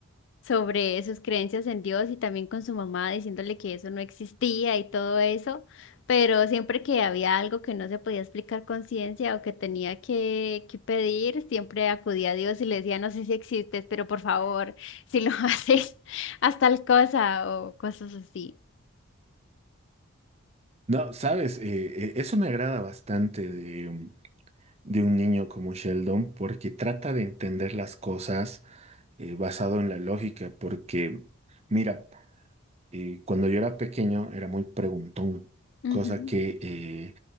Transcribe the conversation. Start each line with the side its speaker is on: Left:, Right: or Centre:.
Left: sobre sus creencias en Dios y también con su mamá diciéndole que eso no existía y todo eso, pero siempre que había algo que no se podía explicar con ciencia o que tenía que, que pedir, siempre acudía a Dios y le decía, no sé si existes, pero por favor, si lo <laughs> haces, haz tal cosa o cosas así.
Right: No, sabes, Eh, eh, eso me agrada bastante de, un- de un niño como Sheldon porque trata de entender las cosas eh, basado en la lógica, porque mira, eh, cuando yo era pequeño era muy preguntón,
Left: Ujú.
Right: cosa que, eh,